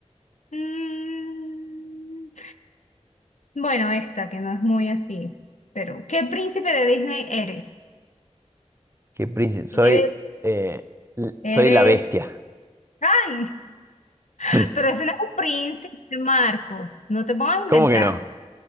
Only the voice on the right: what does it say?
¿Qué príncipe? Soy,
eh, l-
soy la bestia.
<laughs>
¿Cómo
que no?